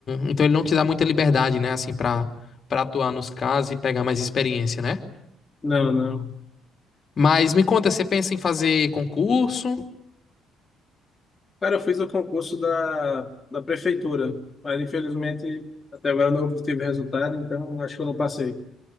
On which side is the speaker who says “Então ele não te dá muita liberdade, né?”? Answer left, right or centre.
Left